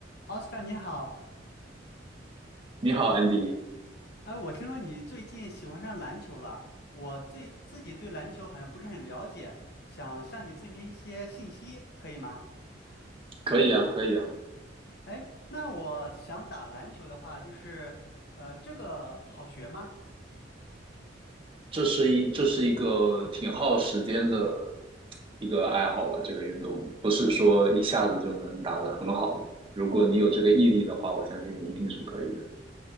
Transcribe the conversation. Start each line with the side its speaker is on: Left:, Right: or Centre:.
Left: 奥斯卡你好，
Right: 你好，Andy，
Left: 哎，我听说你最近喜欢上篮球了。我最自己对篮球好像不是很了解，想向你咨询一些信息，可以吗？
Right: 可以啊，可以啊，
Left: 哎，那我想打篮球的话，就是呃，这个好学吗？
Right: 这是一这是一个挺耗时间的一个爱好吧，这个运动不是说一下子就能打得很好的。如果你有这个毅力的话，我相信你一定是可以的。